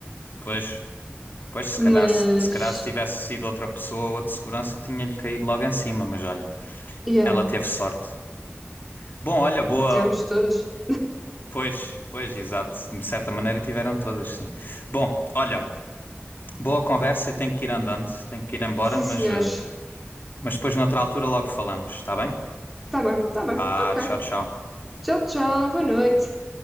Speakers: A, on the left; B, in the centre.
A: pois, pois se calhar,
B: Mas,
A: se, se calhar se tivesse sido outra pessoa, outro segurança, tinha-lhe caído logo em cima. Mas olha.
B: yeah,
A: Ela teve sorte. Bom, olha, boa.
B: tivemos todas.
A: Pois, pois, exato. De certa maneira tiveram todas, sim. Bom, olha, boa conversa. Eu tenho que ir andando, tenho que ir embora,
B: Sim,
A: mas,
B: senhores.
A: eh, mas depois, noutra altura, logo falamos, está bem?
B: Tá bem, tá bem.
A: Pá,
B: Ok.
A: tchau, tchau.
B: Tchau, tchau. Boa noite.